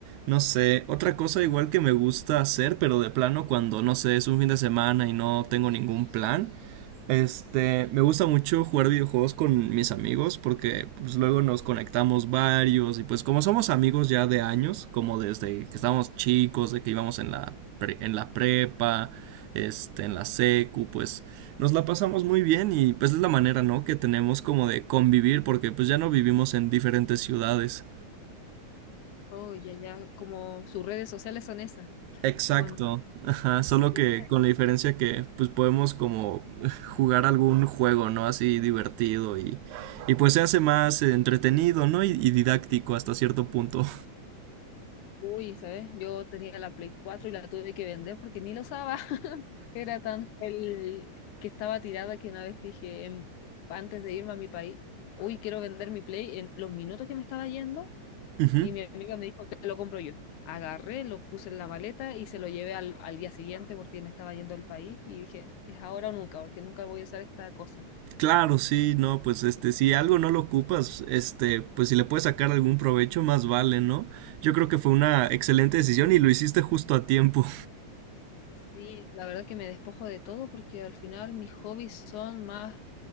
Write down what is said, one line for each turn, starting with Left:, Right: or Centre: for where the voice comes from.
Right: No sé, otra cosa igual que me gusta hacer, pero de plano cuando, no sé, es un fin de semana y no tengo ningún plan, este, me gusta mucho jugar videojuegos con mis amigos porque pues luego nos conectamos varios y pues como somos amigos ya de años, como desde que estábamos chicos, de que íbamos en la pre- en la prepa, este, en la secu, pues nos la pasamos muy bien y pues es la manera, ¿no? Que tenemos como de convivir porque pues ya no vivimos en diferentes ciudades.
Left: Oh, ya, ya, como sus redes sociales son esas.
Right: Exacto,
Left: ¿o no?
Right: ajá, solo
Left: Qué pena.
Right: que con la diferencia que pues podemos como <laughs> jugar algún juego, ¿no? Así divertido y, y pues se hace más entretenido, ¿no? Y, y didáctico hasta cierto punto.
Left: Uy, ¿sabes? Yo tenía la Play 4 y la tuve que vender porque ni lo usaba. <laughs> Era tan el que estaba tirada que una vez dije, en- antes de irme a mi país, uy, quiero vender mi Play en los minutos que me estaba yendo.
Right: <laughs> Ujú.
Left: Y mi amiga me dijo que lo compro yo. Agarré, lo puse en la maleta y se lo llevé al, al día siguiente porque me estaba yendo al país. Y dije, es ahora o nunca, porque nunca voy a usar esta cosa.
Right: Claro, sí, no, pues este, si algo no lo ocupas, este, pues si le puedes sacar algún provecho, más vale, ¿no? Yo creo que fue una excelente decisión y lo hiciste justo a tiempo.
Left: Sí, la verdad que me despojo de todo porque al final mis hobbies son más